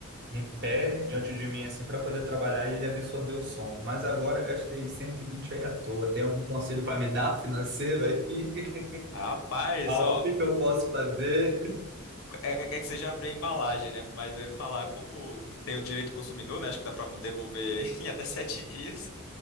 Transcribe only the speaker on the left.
Rapaz,
ó,
é, é que você já abriu a embalagem, né? Mas eu ia falar, como tem o direito do consumidor, né? Acho que dá pra devolver <laughs> em até sete dias.